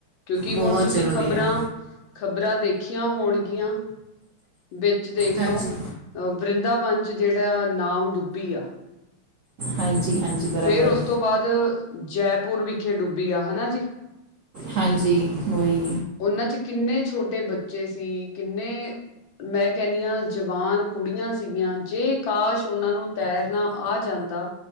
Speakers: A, on the left (about 70°); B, on the right (about 85°).
A: ਕਿਉਂਕਿ
B: ਬਹੁਤ
A: ਹੁਨ ਤੁਸੀ
B: ਜ਼ਰੂਰੀ
A: ਖ਼ਬਰਾ
B: ਹੈ
A: ਖਬਰਾਂ ਦੇਖੀਆਂ ਹੋਣਗੀਆਂ, ਵਿੱਚ ਦੇਖਲੋ
B: ਹਾਂਜੀ
A: ਅ ਵਰਿੰਦਾਵਨ ਚ ਜੇਹੜਾ ਨਾਵ ਡੁੱਬੀ ਆ।
B: ਹਾਂਜੀ ਹਾਂਜੀ। ਬਰਾਬਰ
A: ਫੇਰ ਉਸ ਤੋਂ ਬਾਦ ਜੈਪੁਰ ਵਿਖੇ ਡੁੱਬੀ ਆ ਹਨਾ ਜੀ।
B: ਹਾਂਜੀ ਓਈ।
A: ਓਨਾਂ ਚ ਕਿੰਨੇ ਛੋਟੇ ਬੱਚੇ ਸੀ ਕਿੰਨੇ ਮੈਂ ਕੈਨੀਆਂ ਜਵਾਨ ਕੁੜੀਆਂ ਸੀਗੀਆਂ, ਜੇ ਕਾਸ਼ ਓਨਾਂ ਨੂੰ ਤੈਰਨਾ ਆ ਜਾਂਦਾ